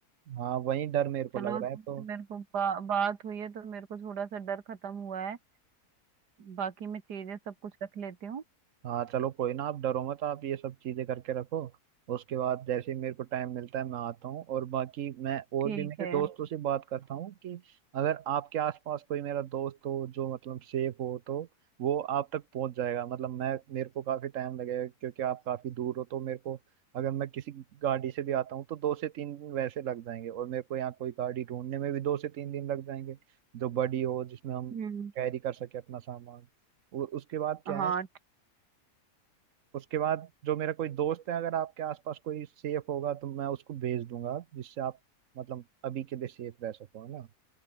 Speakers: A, on the right; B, on the right.
A: हाँ वही डर मेरे को
B: चलो
A: लग रहा
B: तुमसे
A: है तो
B: मेरे को बा, बात हुई है तो मेरे को थोड़ा सा डर खत्म हुआ है बाकी मैं चीजें सब कुछ रख लेती हूँ
A: हाँ चलो कोई ना आप डरो मत आप ये सब चीजें करके रखो उसके बाद जैसे ही मेरे को टाइम मिलता है मैं आता हूँ और बाकी मैं और
B: ठीक
A: भी मेरे
B: है
A: दोस्तों से बात करता हूँ कि अगर आपके आसपास कोई मेरा दोस्त हो जो मतलब सेफ हो तो वो आप तक पहुंच जाएगा मतलब मैं मेरे को काफी टाइम लगेगा क्योंकि आप काफी दूर हो तो मेरे को अगर मैं किसी गाड़ी से भी आता हूँ तो दो से तीन दिन वैसे लग जाएंगे और मेरे को यहाँ कोई गाड़ी ढूंढने में भी दो से तीन दिन लग जाएंगे जो बड़ी हो जिसमें हम
B: हम्म
A: कैरी कर सके अपना सामान और उसके बाद क्या
B: हाँ
A: है
B: ठ-
A: उसके बाद जो मेरा कोई दोस्त है अगर आपके आसपास कोई सेफ होगा तो मैं उसको भेज दूंगा जिससे आप मतलब अभी के लिए सेफ रह सको है ना